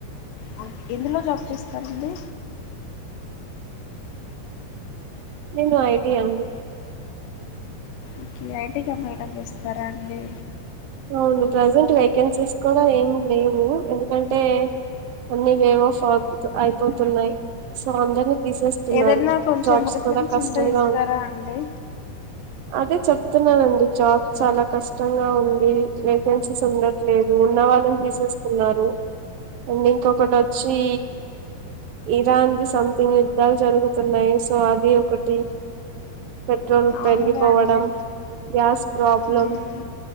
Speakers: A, on the left; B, on the right.
A: అ ఎందులో జాబ్ చేస్తారండి
B: నేను ఐటి అండి
A: ఓకే ఐటీ కంపెనీ లో చేస్తారా అండి
B: అవును ప్రెసెంట్ వేకెన్సీస్ కూడా ఏం లేవు ఎందుకంటే అన్ని వేవ్ ఆఫ్ ఫాక్త్ అయిపోతున్నాయి సో అందరు తీసేస్తున్నారు
A: ఏదైనా కొంచెం
B: జాబ్స్
A: రిఫరెన్స్
B: కూడా కష్టంగా
A: ఉంటే ఇస్తారా
B: ఉంది
A: అండి
B: అది చెప్తున్నానండి జాబ్ చాలా కష్టంగా ఉంది ఈ వేకెన్సీస్ ఉండట్లేదు ఉన్న వాళ్ళని తీసేస్తున్నారు అండ్ ఇంకొకటొచ్చి ఇరాన్ కి సంథింగ్ యుద్ధాలు జరుగుతున్నాయి సో అది ఒకటి బట్ ల్
A: అవునుగా
B: పెరిగిపోవడం
A: అండి
B: గ్యాస్ ప్రాబ్లం
A: మ్మ్